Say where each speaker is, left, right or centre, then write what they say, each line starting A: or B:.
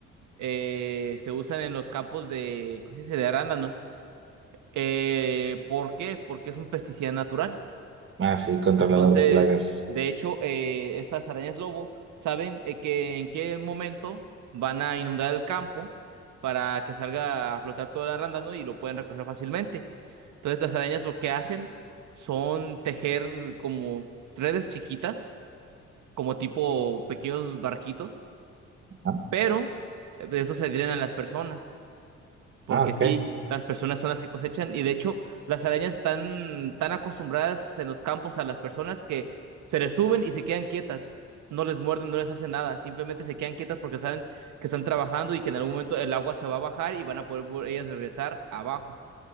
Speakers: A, on the right (about 75°); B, on the right (about 40°).
A: eh, se usan en los campos de, ¿cómo se dice? de arándanos. Eh, ¿por qué? Porque es un pesticida natural.
B: Ah, sí, controlador
A: Entonces,
B: de plagas.
A: de hecho, eh, estas arañas lobo saben eh, que en qué momento van a inundar el campo para que salga a flotar todo el arándano y lo pueden recoger fácilmente. Entonces, las arañas lo que hacen son tejer como redes chiquitas, como tipo pequeños barquitos,
B: Ah,
A: pero eh, de eso se adhieren a las personas porque
B: ah, ok.
A: sí, las personas son las que cosechan y de hecho las arañas están tan acostumbradas en los campos a las personas que se les suben y se quedan quietas, no les muerden, no les hacen nada, simplemente se quedan quietas porque saben que están trabajando y que en algún momento el agua se va a bajar y van a poder vol- ellas regresar abajo.